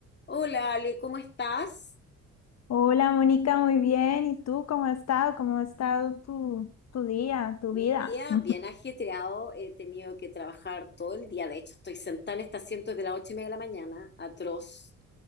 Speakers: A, on the left (about 35°); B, on the left (about 60°).
A: Hola Ale, ¿cómo estás?
B: Hola Mónica, muy bien. ¿Y tú cómo has estado? ¿Cómo ha estado tu, tu día, tu
A: Mi
B: vida?
A: día
B: <laughs>
A: bien ajetreado, he tenido que trabajar todo el día, de hecho estoy sentada en este asiento desde las ocho y media de la mañana, atroz.